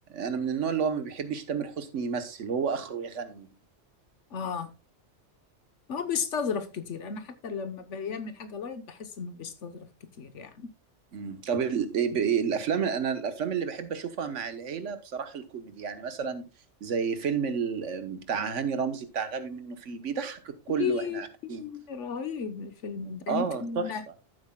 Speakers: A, on the right; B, on the left.
A: أنا من النوع اللي هو ما بيحبش تامر حسني يمثل هو آخره يغني
B: اه هو بيستظرف كتير انا حتى لما بيعمل حاجة لايت بحس انه بيستظرف كتير يعني
A: مم. طب ال... إيه، ب- إيه، الأفلام أنا الأفلام اللي بحب أشوفها مع العيلة بصراحة الكوميدي يعني مثلا زي فيلم ال... بتاع هاني رمزي بتاع غبي منه فيه بيضحك الكل
B: إيه
A: وإحنا قاعدين
B: رهيب الفيلم ده
A: آه
B: يمكن
A: تحفة